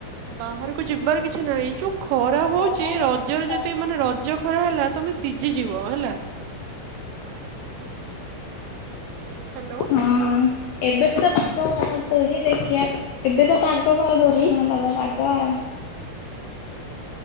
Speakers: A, on the right; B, on the left.
A: ବାହାରକୁ ଯିବାର କିଛି ନାହିଁ ଯୋଉ ଖରା
B: ହୁଁ।
A: ହଉଛି ରଜରେ ଯଦି ମାନେ ରଜ ଖରା ହେଲା ତମେ ସିଝିଯିବ ହେଲା। ହ୍ୟାଲୋ।
B: ହଁ ଏବେ ତ ପାଗ ଭଲ ଦଉଚି ଦେଖିବା ଏବେ ତ ପାଗ ଭଲ ଦେଉଚି ହଁ ଦବ ପାଗ।